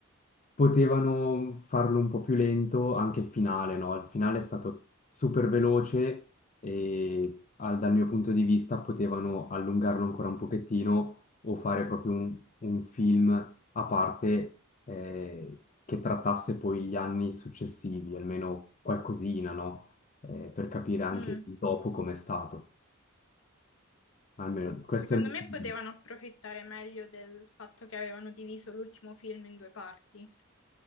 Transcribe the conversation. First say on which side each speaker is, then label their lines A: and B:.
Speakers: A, on the left (about 35°); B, on the left (about 70°).
A: potevano farlo un po' più lento anche il finale, no? Il finale è stato super veloce e al- dal mio punto di vista potevano allungarlo ancora un pochettino o fare proprio un, un film a parte eh, che trattasse poi gli anni successivi, almeno qualcosina, no? Eh, per capire anche
B: mm.
A: il dopo com'è stato. Almeno questo
B: Secondo
A: è il mio
B: me
A: punto
B: potevano
A: di vista.
B: approfittare meglio del fatto che avevano diviso l'ultimo film in due parti.